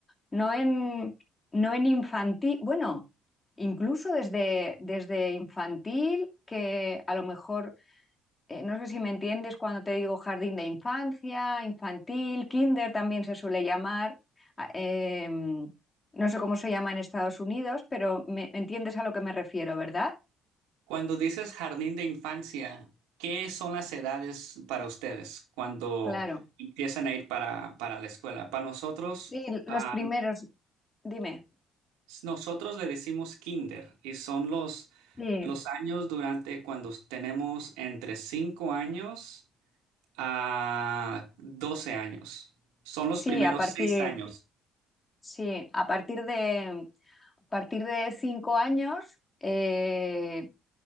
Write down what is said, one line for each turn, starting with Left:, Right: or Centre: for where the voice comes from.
Left: no en, no en infantil, bueno, incluso desde, desde infantil, que a lo mejor eh, no sé si me entiendes cuando te digo jardín de infancia, infantil, kinder también se suele llamar. a- em, no sé cómo se llama en Estados Unidos, pero me entiendes a lo que me refiero, ¿verdad?
Right: Cuando dices jardín de infancia, ¿qué son las edades para ustedes cuando
Left: Claro.
Right: empiezan a ir para, para la escuela? Para nosotros,
Left: Sí, los
Right: ah,
Left: primeros, dime.
Right: Nosotros le decimos kinder y son los,
Left: Sí,
Right: los años durante cuando tenemos entre 5 años a 12 años. Son los
Left: sí,
Right: primeros
Left: a partir,
Right: 6 años.
Left: sí, a partir de a partir de cinco años, eh,